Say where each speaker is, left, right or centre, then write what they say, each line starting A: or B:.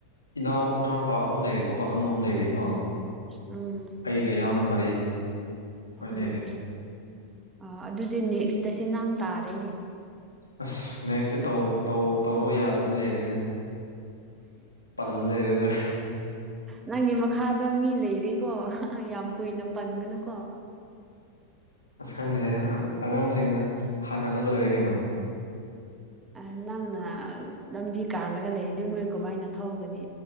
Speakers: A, on the left; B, on the right.
A: ꯏꯅꯥꯎ ꯏꯅꯥꯎꯅꯨꯄꯥ ꯑꯍꯨꯝ ꯂꯩꯔꯦꯀꯣ ꯄꯥꯈꯪ ꯑꯍꯨꯝ ꯂꯩꯔꯦꯀꯣ
B: ꯎꯝ
A: ꯑꯩꯒ ꯌꯥꯎꯅ ꯃꯔꯤ ꯁꯨꯃꯥꯏꯅ
B: ꯎꯝ
A: ꯂꯩꯔꯦ
B: ꯑꯣ ꯑꯗꯨꯗꯤ ꯅꯦꯛꯁꯇꯁꯤ ꯅꯪ ꯇꯥꯔꯅꯦ
A: ꯑꯁ ꯅꯦꯛꯁꯁꯦ ꯇꯧ ꯇꯧꯔꯣ ꯌꯥꯗꯅ ꯂꯩꯔꯅꯦ ꯄꯜꯂ ꯂꯩꯔꯅꯦ
B: ꯅꯪꯒꯤ ꯃꯈꯥꯗ ꯃꯤ ꯂꯩꯔꯤꯀꯣ ꯌꯥꯝ ꯀꯨꯏꯅ ꯄꯟꯒꯅꯨꯀꯣ
A: ꯑꯁ ꯈꯪꯗꯦꯁꯦ ꯑꯉꯥꯡꯁꯤꯡꯅ ꯍꯥꯟꯅꯜꯂ ꯂꯣꯏꯔꯦ ꯀꯩꯅꯣ
B: ꯎ ꯅꯪꯅ ꯂꯝꯕꯤ ꯀꯥꯜꯂꯒ ꯂꯩ ꯑꯗꯨ ꯃꯣꯏ ꯀꯃꯥꯏꯅ ꯊꯧꯒꯅꯤ